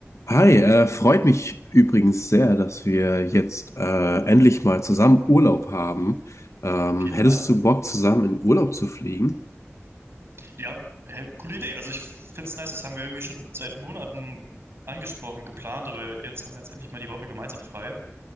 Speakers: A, on the left; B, on the right.
A: Hi, äh, freut mich übrigens sehr, dass wir jetzt äh, endlich mal zusammen Urlaub haben. Ähm,
B: Auf jeden
A: hättest
B: Fall.
A: du Bock, zusammen in Urlaub zu fliegen?
B: Ja, hey, coole Idee. Also ich finde es nice, das haben wir irgendwie schon seit Monaten angesprochen, geplant, aber jetzt haben wir jetzt endlich mal die Woche gemeinsam frei.